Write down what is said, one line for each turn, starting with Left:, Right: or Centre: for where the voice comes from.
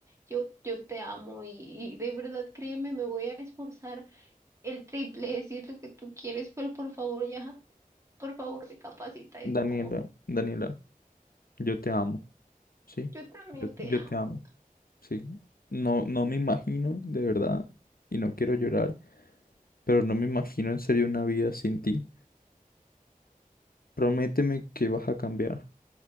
Right: Yo, yo te amo y, y de verdad, créeme, me voy a esforzar el triple si es lo que tú quieres, pero por favor ya, por favor, recapacita esto.
Left: Daniela, Daniela, yo te amo, sí,
Right: Yo también
Left: yo,
Right: te
Left: yo
Right: amo.
Left: te amo, sí, no, no me imagino, de verdad, y no quiero llorar, pero no me imagino en serio una vida sin ti. Prométeme que vas a cambiar.